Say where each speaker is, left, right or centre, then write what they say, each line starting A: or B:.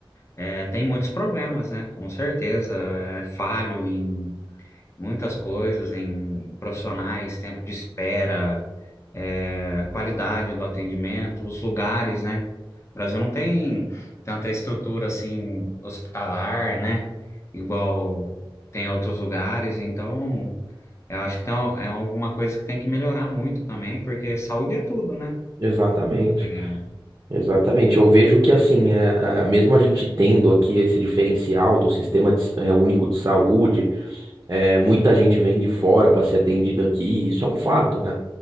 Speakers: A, on the left; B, on the right.
A: É, tem muitos problemas, né? Com certeza. É falho em muitas coisas, em profissionais, tempo de espera, é, qualidade do atendimento, os lugares, né? O Brasil não tem tanta estrutura assim hospitalar, né? Igual tem outros lugares. Então, eu acho que tem, é alguma coisa que tem que melhorar muito também, porque saúde é tudo, né?
B: exatamente.
A: É,
B: Exatamente, eu vejo que assim, é, a- mesmo a gente tendo aqui esse diferencial do sistema de s- é, único de saúde, é, muita gente vem de fora para ser atendida aqui, isso é um fato, né?